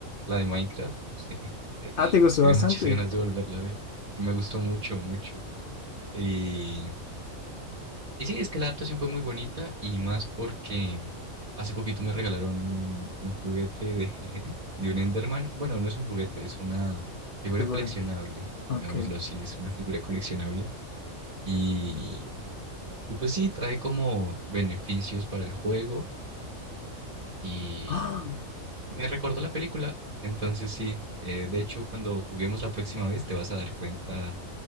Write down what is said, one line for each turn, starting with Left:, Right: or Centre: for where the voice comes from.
Right: la de Minecraft. <laughs>
Left: Ah, te gustó
Right: Tiene
Left: bastante,
Right: muchas ganas de volverla a ver. Sí, Me gustó mucho, mucho. Y, y sí, es que la adaptación fue muy bonita y más porque hace poquito me regalaron un, un juguete de, <laughs> de un Enderman. Bueno, no es un juguete, es una figura
Left: figura.
Right: coleccionable, digámoslo
Left: Ok.
Right: así, es una figura coleccionable. y y pues sí, trae como beneficios para el juego y
Left: ¡Ah!
Right: me recordó la película. Entonces sí, eh, de hecho cuando juguemos la próxima vez te vas a dar cuenta